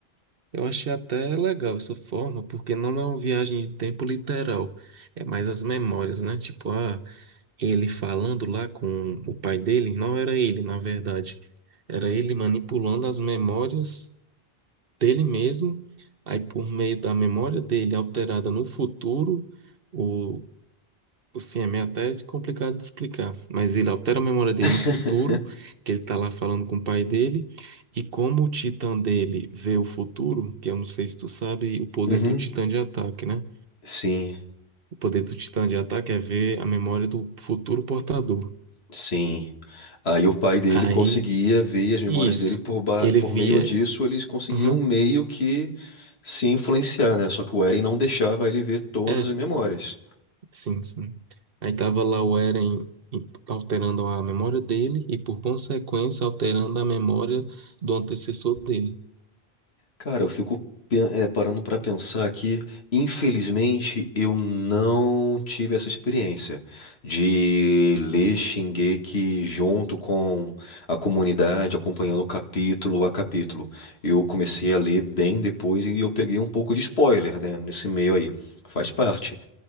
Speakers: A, on the right; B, on the left.
A: eu achei até legal essa forma, porque não é uma viagem de tempo literal, é mais as memórias, né? Tipo, ah. ele falando lá com o pai dele, não era ele, na verdade. Era ele manipulando as memórias dele mesmo. Aí, por meio da memória dele alterada no futuro, o. Sim, é meio até complicado de explicar, mas ele altera a memória dele
B: <laughs>
A: no futuro, que ele tá lá falando com o pai dele, e como o titã dele vê o futuro, que eu não sei se tu sabe, o poder
B: Uhum.
A: do titã de ataque, né?
B: Sim,
A: O poder do titã de ataque é ver a memória do futuro portador.
B: sim. Aí o pai dele
A: Aí
B: conseguia ver as memórias
A: Isso.
B: dele por, ba-
A: Ele
B: por
A: via.
B: meio disso, eles conseguiam
A: Aham.
B: um meio que se influenciar, né? Só que o Eren não deixava ele ver todas
A: É,
B: as memórias.
A: sim, sim. Aí tava lá o Eren e- alterando a memória dele e, por consequência, alterando a memória do antecessor dele.
B: Cara, eu fico pen- eh, parando pra pensar que, infelizmente, eu não tive essa experiência de ler Shingeki junto com a comunidade, acompanhando capítulo a capítulo. Eu comecei a ler bem depois e eu peguei um pouco de spoiler, né, nesse meio aí. Faz parte.